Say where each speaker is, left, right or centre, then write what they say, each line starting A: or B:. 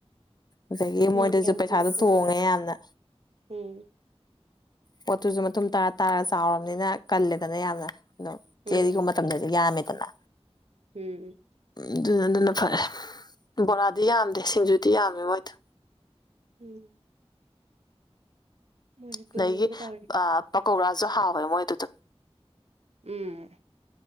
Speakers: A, on the left; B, on the right.
A: ꯑꯗꯒꯤ
B: ꯅꯣꯏꯅ
A: ꯃꯣꯏꯗꯁꯨ
B: ꯌꯥꯝ
A: ꯄꯩꯁꯥꯗꯣ
B: ꯊꯨꯅ ꯁꯨꯝꯃꯜꯂꯦ
A: ꯇꯣꯡꯉꯦ ꯌꯥꯝꯅ
B: ꯎꯝ
A: ꯄꯣꯠꯇꯨꯁꯨ ꯃꯇꯨꯡꯨꯝ ꯇꯔꯥ ꯇꯥꯔ ꯆꯥꯎꯔꯕꯅꯤꯅ ꯀꯜꯂꯦꯗꯅ ꯌꯥꯝꯅ ꯑꯗꯣ
B: ꯎꯝ
A: ꯆꯦꯜꯂꯤꯒꯨꯝꯕ ꯃꯇꯝꯗꯗꯤ ꯌꯥꯝꯃꯦꯗꯅ
B: ꯎꯝ
A: ꯑꯗꯨꯅ ꯑꯗꯨꯅ ꯐꯔꯦ ꯕꯣꯔꯥꯗꯤ ꯌꯥꯝꯗꯦ ꯁꯤꯡꯖꯨꯗꯤ ꯌꯥꯝꯃꯦ ꯃꯣꯏꯗꯣ
B: ꯎꯝ ꯃꯣꯏꯁꯨ ꯇꯣꯡꯅꯕ
A: ꯑꯗꯒꯤ
B: ꯇꯧꯔꯤ
A: ꯄꯀꯧꯔꯥꯁꯨ ꯍꯥꯥꯎꯋꯦ ꯃꯣꯏꯗ ꯑꯗꯨꯝ
B: ꯎꯝ